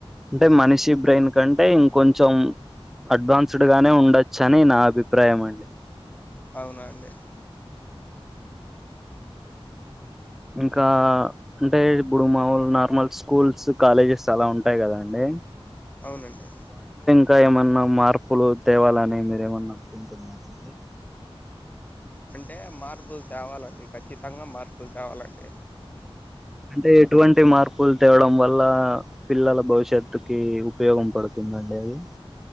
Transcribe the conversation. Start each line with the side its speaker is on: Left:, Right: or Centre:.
Centre: అంటే మనిషి బ్రెయిన్ కంటే ఇంకొంచెం అడ్వాన్స్డ్ గానే ఉండచ్చ అని నా అభిప్రాయం అండి.
Left: అవునా అండి.
Centre: ఇంకా అంటే ఇప్పుడు మాములు నార్మల్ స్కూల్స్ కాలేజెస్ అలా ఉంటాయి కదండి.
Left: అవునండి.
Centre: ఇంకా ఏమన్నా మార్పులు తేవాలని మీరు ఏమన్నా అనుకుంటున్నారాండి.
Left: అంటే మార్పులు తేవాలండి ఖచ్చితంగా మార్పులు తేవాలండి.
Centre: అంటే ఎటువంటి మార్పులు తేవడం వల్ల పిల్లల భవిష్యత్తుకి ఉపయోగం పడుతుందండి అది